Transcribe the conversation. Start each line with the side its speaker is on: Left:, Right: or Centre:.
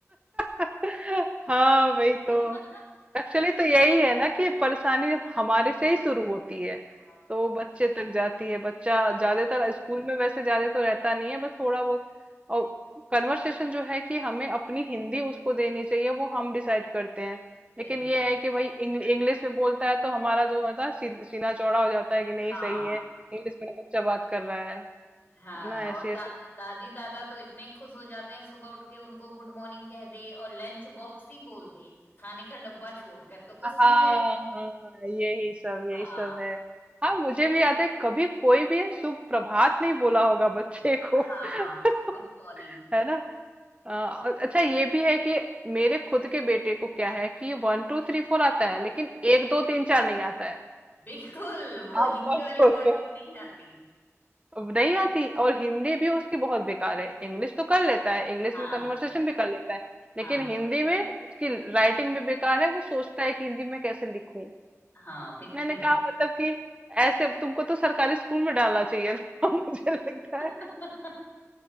Right: है <laughs> हाँ वही
Left: <laughs>
Right: तो एक्चुअली तो यही है ना कि परेशानी हमारे से ही शुरू होती है
Left: हाँ
Right: तो वो बच्चे तक जाती है बच्चा
Left: हाँ,
Right: ज्यादातर स्कूल में वैसे ज्यादा तो रहता नहीं है बस थोड़ा बहुत और कन्वर्सेशन जो है कि हमें अपनी हिंदी उसको देनी चाहिए वो हम डिसाइड करते हैं
Left: बिल्कुल
Right: लेकिन ये है कि भाई इंग्लिश में बोलता है तो हमारा जो होता है सी- सीना चौड़ा हो जाता है कि नहीं
Left: हाँ
Right: सही है इंग्लिश मेरा बच्चा बात कर रहा है
Left: हाँ
Right: है ना ऐसी
Left: और
Right: ऐसी
Left: दा, दादी दादा तो इतने खुश हो जाते हैं सुबह उठ के उनको गुड मॉर्निंग कह दे और लंच बॉक्स ही बोल दे खाने का डब्बा छोड़कर तो
Right: हाँ
Left: उसी
Right: हाँ,
Left: में
Right: यही सब
Left: हाँ
Right: यही सब है हाँ मुझे भी याद है कभी कोई भी सुप्रभात नहीं बोला होगा बच्चे को
Left: हाँ
Right: <laughs>
Left: Good morning
Right: है ना अ, और अच्छा ये भी है कि मेरे खुद के बेटे को क्या है कि वन टू थ्री फोर आता है लेकिन एक दो तीन चार नहीं आता है
Left: बिल्कुल वो
Right: आप
Left: हिंदी
Right: बस
Left: वाली
Right: सोचो
Left: कॉन्टी नहीं आती
Right: अब नहीं आती और हिंदी भी उसकी बहुत बेकार है इंग्लिश तो कर लेता है इंग्लिश
Left: हाँ
Right: में कन्वर्सेशन भी कर लेता है
Left: हाँ
Right: लेकिन हिंदी में उसकी राइटिंग भी बेकार है वो सोचता है कि हिंदी में कैसे लिखूं
Left: हाँ बिल्कुल
Right: मैंने कहा
Left: बिल्कुल
Right: मतलब कि ऐसे तुमको तो सरकारी स्कूल में डालना चाहिए था <laughs> मुझे लगता है
Left: <laughs>